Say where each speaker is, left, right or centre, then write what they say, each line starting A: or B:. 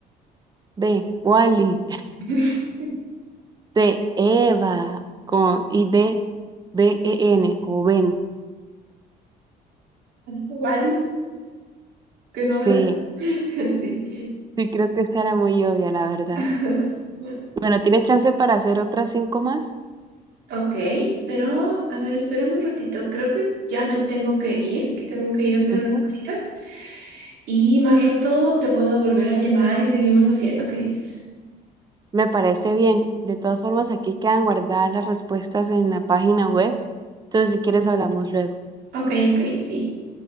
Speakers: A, on the right; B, on the right.
A: B. Wall-E.
B: <laughs>
A: C. Eva. Con, y D. B-E-N o Ben.
B: Wally, qué novedad.
A: C.
B: <laughs> Sí.
A: Sí, creo que estará muy obvia, la verdad.
B: <laughs>
A: Bueno, tienes chance para hacer otras cinco más.
B: Ok, pero a ver, espérame un ratito. Creo que ya me tengo que ir. Tengo que ir a hacer
A: Ujú.
B: unas cositas. Y más rato te puedo volver a llamar y seguimos haciendo. ¿Qué dices?
A: Me parece bien. De todas formas, aquí quedan guardadas las respuestas en la página web. Entonces, si quieres, hablamos luego.
B: Ok, ok, sí.